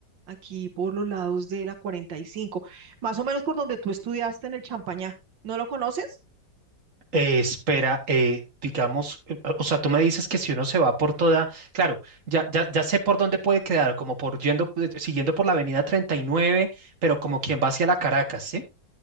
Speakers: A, on the right (about 80°); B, on the right (about 45°).
A: aquí por los lados de la 45, más o menos por donde tú estudiaste en el Champañá. ¿No lo conoces?
B: Eh, espera, eh, digamos, eh, o sea, tú me dices que si uno se va por toda, claro, ya, ya, ya sé por dónde puede quedar, como por yendo, eh, siguiendo por la avenida treinta y nueve pero como quien va hacia la Caracas, ¿sí?